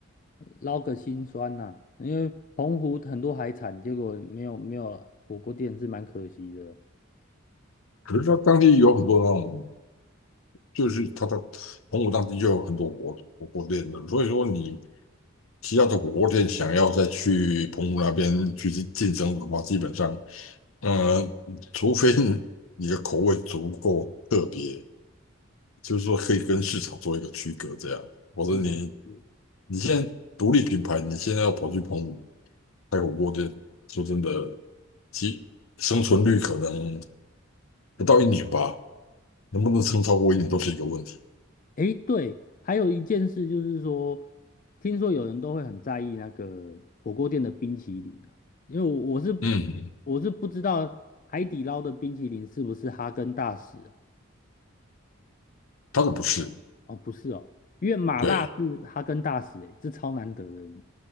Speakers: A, on the left (about 40°); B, on the left (about 80°).
A: 捞个心酸呐、因为澎湖很多海产，结果没有没有火锅店是蛮可惜的。
B: 可是它当地有很多那种，就是它的澎湖当地就有很多火火锅店的，所以说你其他的火锅店想要再去澎湖那边去竞争的话，基本上，呃，除非你你的口味足够特别，就是说可以跟市场做一个区隔，这样，否则你
A: 了解。
B: 你现在独立品牌，你现在要跑去澎湖开火锅店，说真的，其生存率可能。不到一年吧，能不能撑超过一年都是一个问题。
A: 哦，诶，对，还有一件事就是说，听说有人都会很在意那个火锅店的冰淇淋啊，因为我我是
B: 嗯，嗯，
A: 我是不知道海底捞的冰淇淋是不是哈根达斯啊？
B: 他的不是，
A: 哦，不是哦，因为麻辣是哈根达斯，
B: 对，
A: 诶，这超难得的，